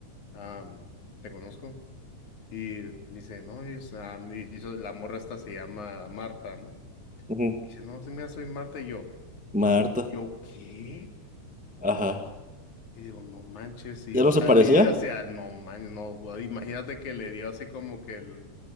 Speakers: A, on the left; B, in the centre.
A: "Ah, te conozco. Y dice, no, es, ah, mi- y la morra esta se llama Marta, ¿no?
B: ujú.
A: Me dice, no, sí, mira, soy Marta y yo,
B: Marta.
A: ¿yo qué?
B: Ajá.
A: Y digo, no manches, y
B: ¿Ya
A: o
B: no
A: sea,
B: se parecía?
A: le, o sea, no manches, no, güey, imagínate que le dio así como que el,